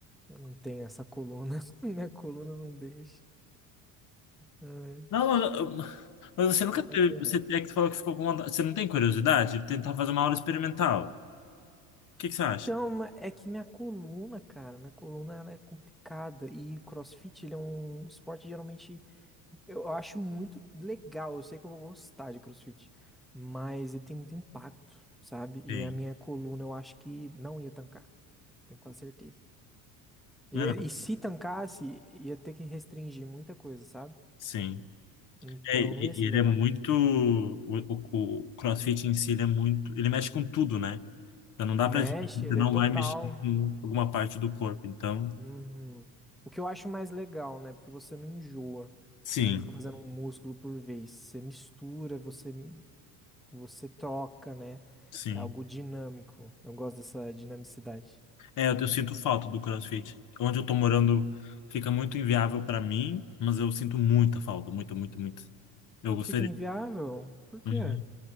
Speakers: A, in the centre; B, on the left.
A: eu não tenho essa coluna. <laughs> Minha coluna não deixa. Ai,
B: Não, Mas você nunca
A: só passei
B: teve.
A: reto.
B: Você é que falou que ficou com vontade. Você não tem curiosidade de tentar fazer uma aula experimental? O que que você acha?
A: Então, ma- é que minha coluna, cara, minha coluna ela é complicada e o CrossFit ele é um esporte geralmente eu acho muito legal, eu sei que eu vou gostar de CrossFit, mas ele tem muito impacto, sabe? E
B: Tem.
A: a minha coluna eu acho que não ia tancar, tenho quase certeza. E,
B: Não é não?
A: e se tancasse, ia ter que restringir muita coisa, sabe?
B: Sim.
A: Então
B: É, e-
A: não ia ser
B: e ele
A: legal.
B: é muito. O, o- o CrossFit em si, ele é muito. Ele mexe com tudo, né? Então não dá
A: Mexe,
B: pra dizer você
A: ele
B: não
A: é total.
B: vai mexer com alguma parte do corpo. Então,
A: Uhum. O que eu acho mais legal, né? Porque você não enjoa.
B: sim,
A: Você não fica fazendo um músculo por vez. Você mistura, você, você troca, né?
B: sim.
A: É algo dinâmico. Eu gosto dessa dinamicidade.
B: É, eu, eu sinto falta do CrossFit. Onde eu tô morando fica muito inviável pra mim, mas eu sinto muita falta, muito, muito, muito. Eu gostaria.
A: Fica inviável? Por quê?
B: uhum.